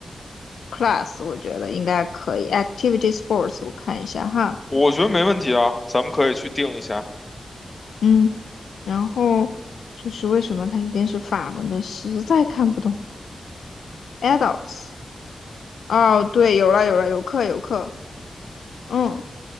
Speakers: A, on the left (about 90°); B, on the left (about 30°).
A: class，我觉得应该可以。Activity sports，我看一下哈。
B: 我觉得没问题啊，咱们可以去定一下。
A: 嗯，然后就是为什么它一定是法文的，实在看不懂。Adults，哦，对，有了有了，有课有课，嗯，